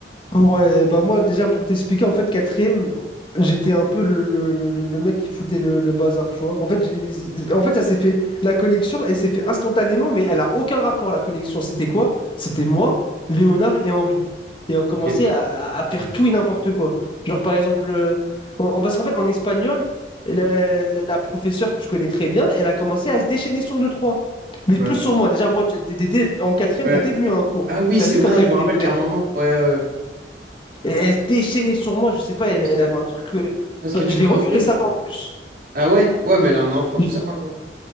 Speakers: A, on the left; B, on the right.
A: Ouais, bah moi déjà pour t'expliquer, en fait quatrième, j'étais un peu le, le, le, le- le mec qui foutait le, le bazar, tu vois. En fait, j'ai- en fait ça s'est fait, la connexion, elle s'est fait instantanément, mais elle a aucun rapport, la connexion. C'était quoi? C'était moi, Léonard et Henri. Et on commençait
B: Ok.
A: à, à faire tout et n'importe quoi. Genre par exemple, euh, en- en- parce qu'en fait en espagnol, la, la- la professeure que tu connais très bien, elle a commencé à se déchaîner sur nous trois. Mais
B: Ouais.
A: plus sur moi, déjà moi, tu- t'étais- en quatrième,
B: Ouais.
A: t'étais venu à un cours.
B: Ah oui,
A: T'as
B: c'est
A: vu
B: vrai,
A: comment elle
B: je me
A: voulait
B: rappelle
A: me
B: qu'à
A: faire?
B: un moment. Ouais, ouais. ouais.
A: Et elle se déchaînait sur moi, je sais pas,
B: Ah,
A: elle,
B: parce
A: elle
B: que,
A: avait un truc. euh,
B: parce
A: bah,
B: que tu
A: Je
B: me
A: l'ai
B: disais.
A: revu récemment en plus.
B: Ah ouais? Ouais, mais elle a un enfant,
A: Je-
B: tout ça maintenant.